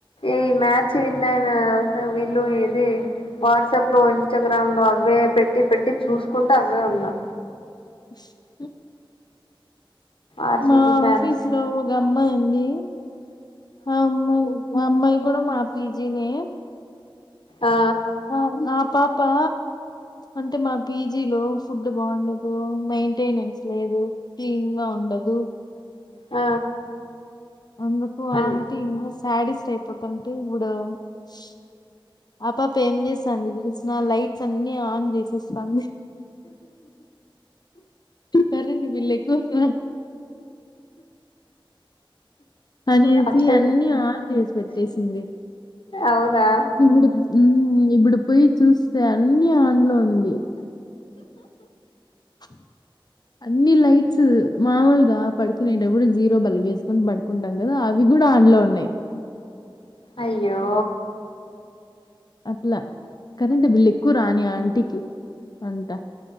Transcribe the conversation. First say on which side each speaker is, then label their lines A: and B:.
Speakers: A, on the left; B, on the left.
A: ఈ మ్యాచ్ విన్నాయినా వీళ్ళు ఇది వాట్సాప్ లో ఇన్స్టాగ్రామ్ లో అవే పెట్టి పెట్ ట్టి చూసుకుంట అదే ఉన్నా
B: హ
A: ఆర్సిబి
B: మా
A: ఫ్యాన్స్
B: ఆఫీస్ లో ఒక అమ్మాయి ఉంది ఉ ఆ ఆమ్మయి అమ్మాయి కూడా మా పీజీనే
A: ఆ
B: ఆ ఉ అహ్ పాపా అంటే మా పీజీ లో ఫుడ్ బాగుండదు మెయింటెనెన్స్ లేదు క్లీన్ గా ఉండదు.
A: ఆ
B: ఎందుకు
A: అన్
B: ఆంటీ ఇంగోస్ శాడిస్ట్ అయిపోతాంటే ముగ స్ ఆ పాప ఏం చేస్తాంది తెలుస్ నా లైట్స్ అన్ని ఆన్ చేసేస్తంది కరెంట్ బిల్లెక్కువ <unintelligible> అనేసి
A: అట్ల
B: అన్ని ఆన్ చేసి పెట్టేసింది
A: అవునా
B: ఇప్పుడు ఉ ఇప్పుడు పోయి చూస్తే అన్ని ఆండ్లో ఉంది చు అన్ని లైట్స్ మామూలుగా పడుకునేటప్పుడు జీరో బలుబు వేసుకొని పడుకుంటాం. కదా అవి కూడా ఆన్లొ ఉన్నాయి.
A: అయ్యో
B: అట్లా కరెంట్ బిల్క్ ఎక్ క్కువరాని ఆంటికి అంట